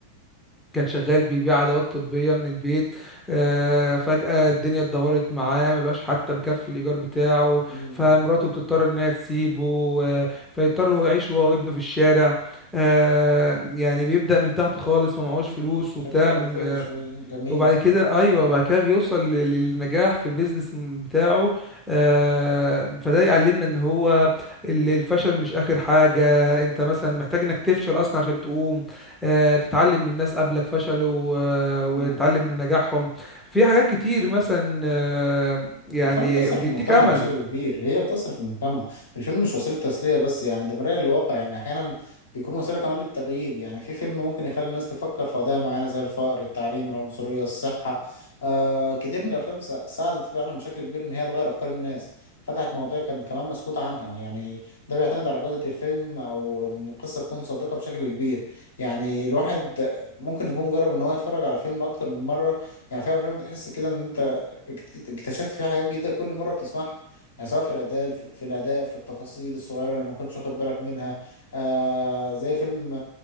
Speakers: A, in the centre; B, on the left.
A: كان شغال بيبيع ادوات طبيه من البيت آه، فجاه الدنيا اتدهورت معاه ما بقاش حتى مكفي الايجار بتاعه
B: مم.
A: فمراته بتضطر انها تسيبه آه، فيضطر هو يعيش هو وابنه في الشارع آه، يعني بيبدا من تحت خالص ما معهوش
B: مم.
A: فلوس وبتاع
B: تجربة عاطفية
A: آه،
B: شوية جميل
A: وبعد كده ايوه وبعد كده بيوصل لل- للنجاح في بيزنس بتاعه آه، فده يعلمنا ان هو ال- الفشل مش اخر حاجه انت مثلا محتاج انك تفشل اصلا عشان تقوم آه، تتعلم من ناس قبلك فشلوا آه، وتتعلم
B: مم.
A: من نجاحهم في حاجات كتير مثلا آه، يعني
B: الأفلام بتأثر
A: بيديك
B: في المجتمع
A: امل
B: بشكل كبير هي بتأثر في المجتمع الفيلم مش وسيلة تسلية بس يعني ده مراية للواقع يعني أحيانا بيكون وسيلة كمان للتغيير يعني في فيلم ممكن يخلي الناس تفكر في قضايا معينة زي الفقر التعليم العنصرية الصحة آه كتير من الأفلام سا- ساعدت فعلا بشكل كبير إن هي تغير أفكار الناس فتحت مواضيع كان كمان مسكوت عنها يعني ده بيعتمد على جودة الفيلم أو إن القصة تكون صادقة بشكل كبير يعني الواحد ممكن يكون جرب إن هو يتفرج على فيلم أكتر من مرة يعني في أفلام بتحس كده إن أنت اكت- اكتشفت فيها حاجات جديدة كل مرة بتسمعها يعني سواء في الأداء في الأداء في التفاصيل الصغيرة اللي ما كنتش واخد بالك منها آه زي فيلم